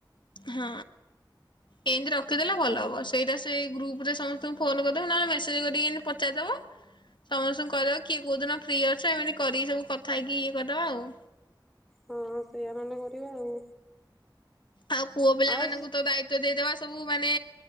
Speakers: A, on the left (about 70°); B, in the centre.
A: ହଁ। ଏନ୍ତି ରଖିଦେଲେ ଭଲ ହବ ସେଇଟା ସେଇ ଗ୍ରୁପ୍ ରେ ସମସ୍ତଙ୍କୁ ଫୋନ କରିଦବୁ ନହେଲେ ମେସେଜ୍ କରିକି ଏନ୍ତି ପଚାରିଦବ। ସମସ୍ତଙ୍କୁ କହିଦବ କିଏ କୋଉଦିନ ଫ୍ରି ଅଛ ଏମିତି କରିକି ସବୁ କଥା ହେଇକି ଇଏ କରଦବ ଆଉ।
B: ହଁ ସେଇଆ ନହନେ କରିବା ଆଉ।
A: ଆଉ ପୁଅ ପିଲା
B: ଆଉ
A: ମାନଙ୍କୁ ତ ଦାୟିତ୍ବ ଦେଇଦବା ସବୁ ମାନେ